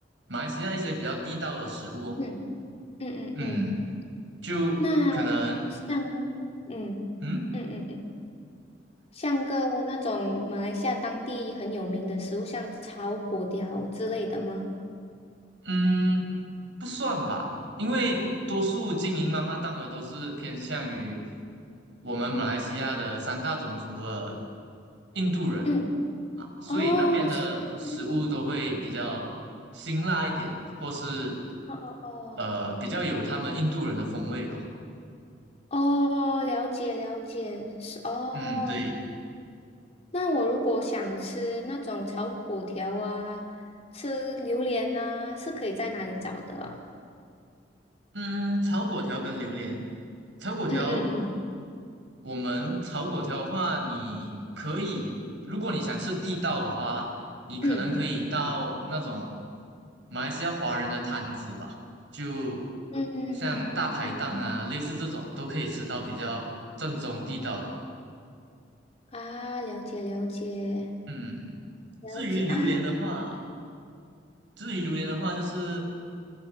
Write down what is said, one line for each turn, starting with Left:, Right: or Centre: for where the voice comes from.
Right: 马来西亚一些比较地道的食物。
Left: 嗯嗯嗯嗯，
Right: 嗯，就可能
Left: 那像嗯嗯嗯嗯，
Right: 嗯。
Left: 像个那种马来西亚当地很有名的食物，像炒粿条之类的吗？
Right: 嗯，不算吧，因为多数经营妈妈档的都是偏向于我们马来西亚的三大种族的印度人
Left: 嗯，
Right: 啊，所以那边的食物都会比较辛辣一点，
Left: 哦，是哦
Right: 或是
Left: 哦哦
Right: 呃比较有他们印度人的风味吧。
Left: 哦，哦，了解了解，是哦。
Right: 嗯，对，
Left: 那我如果想吃那种炒粿条啊，吃榴莲啊，是可以在哪里找的啊？
Right: 嗯，炒粿条跟榴莲，炒粿条。
Left: 嗯嗯嗯
Right: 我们炒粿条的话，你可以，如果你想吃地道的话啦，你可能可以到那种
Left: 嗯。
Right: 马来西亚华人的摊子吧，就
Left: 嗯嗯嗯，
Right: 像大排档啊，
Left: 嗯
Right: 类似这种都可以吃到比较正宗地道的。
Left: 啊，了解了解
Right: 嗯，
Left: 了解啊
Right: 至于榴莲的话，至于榴莲的话，就是